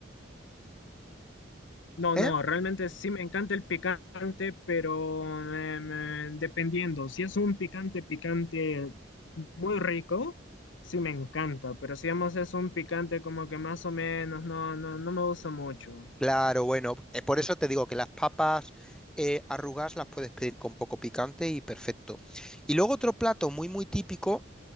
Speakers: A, on the left (about 80°); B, in the centre.
A: No,
B: ¿Eh?
A: no, realmente sí me encanta el picante, pero em, eh, dependiendo, si es un picante picante muy rico, sí me encanta, pero si digamos es un picante como que más o menos, no, no, no me gusta mucho.
B: Claro, bueno, eh, por eso te digo que las papas eh, arrugadas las puedes pedir con poco picante y perfecto. Y luego otro plato muy, muy típico